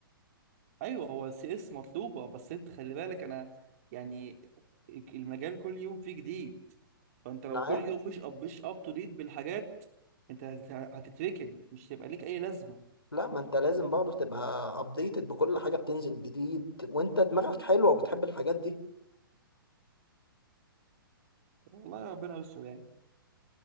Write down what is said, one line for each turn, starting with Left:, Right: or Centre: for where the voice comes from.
Right: ايوه هو سي اس مطلوبه بس انت خلي بالك انا يعني المجال كل يوم فيه جديد فانت لو
Left: معايا
Right: كل يوم مش اب مش اب تو ديت بالحاجات انت هت- هتتركن مش هيبقى ليك اي لازمه
Left: لا ما انت لازم برضو تبقى ابديتد بكل حاجة بتنزل جديد وانت دماغك حلوة وبتحب الحاجات دي
Right: والله ربنا يستر يعني